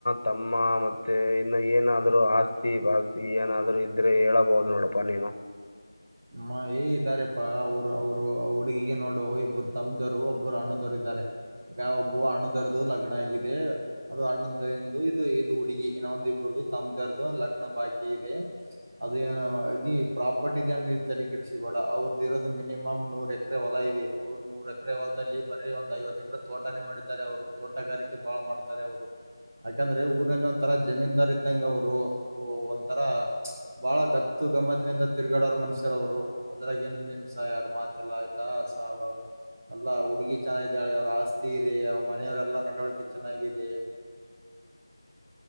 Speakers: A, on the left; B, on the right.
A: ತಮ್ಮ ಮತ್ತೆ ಇನ್ನು ಏನಾದ್ೂ ಆಸ್ತಿ ಪಾಸ್ತಿ ಏನಾದ್ರರು ಇದ್ರೆ ಹೇಳಬಹುದು ನೋಡಪ್ಪಾ ನೀನು
B: ಮ ಏ ಇದ್ದಾರೆಪ್ಪಾ ಅವ್ರು ಅವರು ಹುಡುಗಿಗೆ ನೋಡು ಇಬ್ಬರು ತಮ್ದವರು ಒಬ್ಬರು ಅಣದವರು ಇದ್ದಾರೆ ಈಗ ಒಬ್ಬ ಹಣ್ಣದರ್ದುು ಲಗ್ನ ಆಗಿದೆ ಅದು ಅಣ್ಣದಂದು ಇದು ಇದು ಹುಡುಗಿ ಇನ್ನ ಒಂದು ಇಬರದು ತಮ್ದರ್ದು ಲಗ್ನ ಬಾಕಿ ಇದೆ ಅದು ಏನು ಇ ಪ್ರಾಪರ್ಟಿ ಇದನ್ ತರಿಕಡಿಸಿ ಬೇಡ ಅವ್ರದ್ದ ಇರೋದು ಮಿನಿಮಮ್ ನೂರ್ ಎಕರೆ ಹೊಲ ಇದೆ ಅವ್ರು ನೂರ ಎಕರೆ ಹೊಲದಲ್ಲಿ ಬರೇ ಒಂದಂದು ಐವತ್ತು ಎಕರೆ ತೋಟಾನೇ ಮಾಡಿದ್ದಾರೆ ಅವರು ತೋಟಗಾರಿಕೆ ಬಾಳ ಮಾಡ್ತಾರೆ ಅವರು ಯಾಕಂದ್ರೆ ಊರಲ್ಲಿ ಒಂ ತರ ಜಮೀನ್ದಾರ್ ಇದ್ದಂ ಅವರು ಒಂಥರ ಬಹಳ ಗತ್ತು ಗಮ್ಮತ್ತಿನಿಂದ ತಿರ್ಗಾಡೋರ ಮನ್ಷ <inaudible> ರು ಅದ್ರಾಗ ಏನ್ ಸ ಎರಡು ಮಾತಲ್ಲ ಆಯ್ತಾಸ ಅವ ಎಲ್ಲಾ ಹುಡುಗಿ ಚೆನ್ನಾಗಿದ್ದಾಳೆ ಅವ್ರ ಆಸ್ತಿ ಇದೆ ಅವ ಮನೆಯವರೆಲ್ಲಾ ನಡವಳಿಕೆ ಚೆನ್ನಾಗಿದೆ